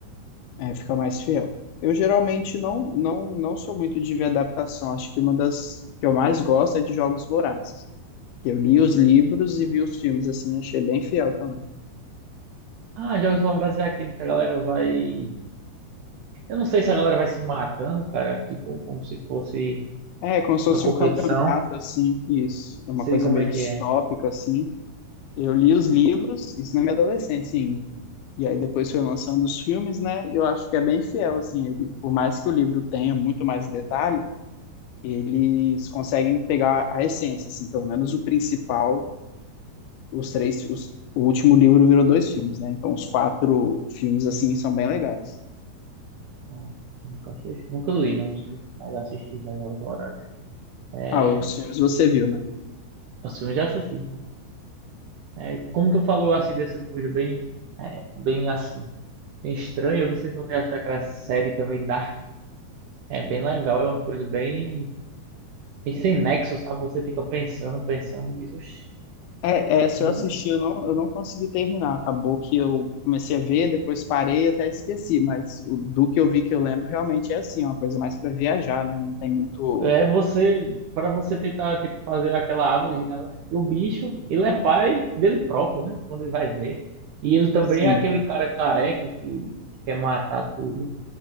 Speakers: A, on the left; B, on the right.
A: é, fica mais fiel. Eu geralmente não, não, não sou muito de ver adaptação. Acho que uma das que eu mais gosto é de Jogos Vorazes. que Eu li os livros e vi os filmes, assim, achei bem fiel também.
B: Ah, Jogos Vorazes é aquele que a galera vai... Eu não sei se a galera vai se matando, cara, tipo, como se fosse
A: É, como se fosse
B: uma competição.
A: um campeonato, assim, isso. É Uma
B: Sei
A: coisa
B: como
A: meio
B: é
A: distópica,
B: que é.
A: assim. Eu li os livros, isso na minha adolescência ainda. E aí depois foi lançando os filmes, né? Eu acho que é bem fiel, assim, ele, por mais que o livro tenha muito mais detalhe, eles conseguem pegar a essência, assim, pelo menos o principal, os três, os, o último livro virou dois filmes, né? Então os quatro filmes, assim, são bem legais.
B: Não, Nunca assisti, nunca li, né? os Mas assisti já Jogos Vorazes. É,
A: Ah, os filmes você viu, né?
B: Os filmes já assisti, né? É, como tu falou assim dessa coisa bem, é, bem assim, bem estranha, eu não sei se você achar aquela série também Dark é bem legal, é uma coisa bem, bem sem nexo, sabe? Você fica pensando, pensando e diz, "Oxe,
A: É, é, se
B: não."
A: eu assisti, eu não, eu não consegui terminar. Acabou que eu comecei a ver, depois parei e até esqueci. Mas o- do que eu vi que eu lembro realmente é assim, é uma coisa mais para viajar, né? Não tem muito.
B: É você, para você tentar tipo, fazer aquela árvore genealógica, porque o bicho, ele é pai dele próprio, né? Quando ele vai ver. E ele também
A: Sim.
B: é aquele cara careca que quer matar tudo,